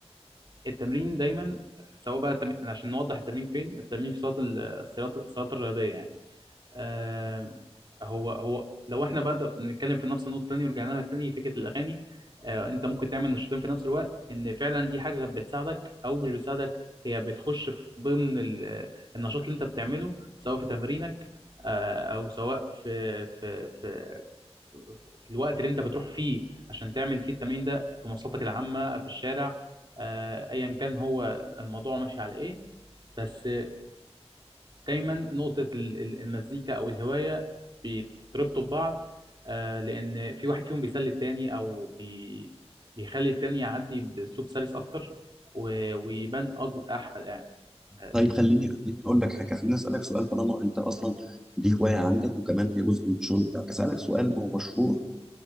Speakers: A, on the right (about 45°); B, in the centre.
A: التمرين دايما سواء بقى التمرين يعني عشان نوضح التمرين فين التمرين في صالة ال- الصالات الصالات الرياضية يعني آم، هو هو لو احنا بقى نتكلم في نفس النقطة تاني ورجعنا لها تاني فكرة الأغاني آه، انت ممكن تعمل نشاطين في نفس الوقت ان فعلا دي حاجة بتساعدك او مش بتساعدك هي بتخش في ضمن ال- النشاط اللي انت بتعمله سواء في تمرينك آه، او سواء في في في في الوقت اللي انت بتروح فيه عشان تعمل فيه التمرين ده في مواصلاتك العامة في الشارع آه، ايا كان هو الموضوع ماشي على ايه بس آه، دايما نقطة ال- ال- المزيكا او الهواية بيتربطوا ببعض آه، لان في واحد فيهم بيسلي التاني او بي بيخلي التاني يعدي باسلوب سلس اكتر و- ويبان أج- احمد يعني آه،
B: طيب خليني خليني اقول لك حاجه خليني اسالك سؤال طالما انت اصلا دي هوايه عندك وكمان هي جزء من الشغل بتاعك اسالك سؤال هو مشهور